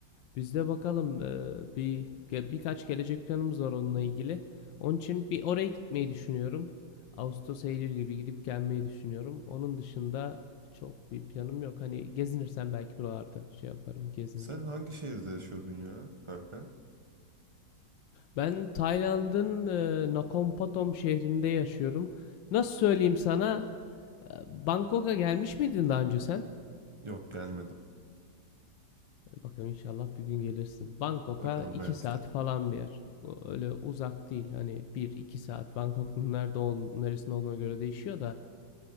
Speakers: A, on the left (about 80°); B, on the right (about 20°).
A: Biz de bakalım e, bir ge- birkaç gelecek planımız var onunla ilgili. Onun için bir oraya gitmeyi düşünüyorum. Ağustos Eylül gibi gidip gelmeyi düşünüyorum. Onun dışında çok bir planım yok. Hani gezinirsem belki buralarda şey yaparım, gezinirim.
B: Sen hangi şehirde yaşıyordun ya kanka?
A: Ben Tayland'ın e, Nakhon Pathom şehrinde yaşıyorum. Nasıl söyleyeyim sana? E, Bangkok'a gelmiş miydin daha önce sen?
B: Yok gelmedim.
A: E, Bakalım inşallah bir gün gelirsin. Bangkok'a
B: Bakalım
A: 2
B: belki
A: saat
B: de.
A: falan bir yer. O- Öyle uzak değil. Hani bir iki saat. Bangkok'un nerede ol, neresinde olduğuna göre değişiyor da